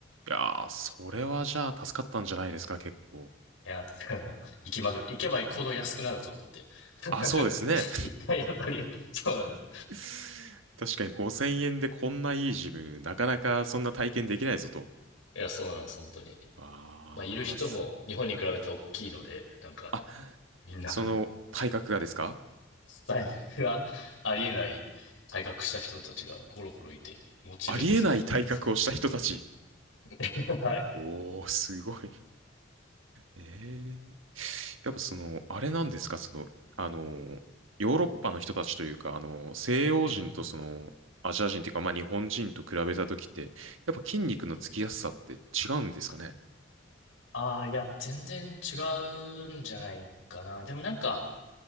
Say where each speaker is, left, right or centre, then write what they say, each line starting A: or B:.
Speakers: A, on the right; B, on the left.
A: いやー、それはじゃあ助かったんじゃないですか、結構。
B: いや、だからもう、行きまぐる。行けば行くほど安くなると思って。<laughs>
A: あ、そうですね。
B: 一回あたり、そうなんです。
A: <laughs> 確かに5000円でこんないいジム、なかなかそんな体験できないぞと。
B: いや、そうなんです、本当に。
A: あーす。
B: まあ、いる人も日本に比べて大きいので、なんか、
A: あ
B: みんな、
A: その体格がですか
B: 財布がありえない改革した人たちがゴロゴロいて、モチベもすごかったですね。
A: ありえない体格をした人たち。
B: <laughs> はい。
A: おー、すごい。ええやっぱその、あれなんですかその、あの、ヨーロッパの人たちというか、あの、西洋人とその、
B: うん
A: アジア人というか、まあ日本人と比べたときって、やっぱ筋肉のつきやすさって違うんですかね
B: ああ、いや、全然違うんじゃないかな。でもなんか、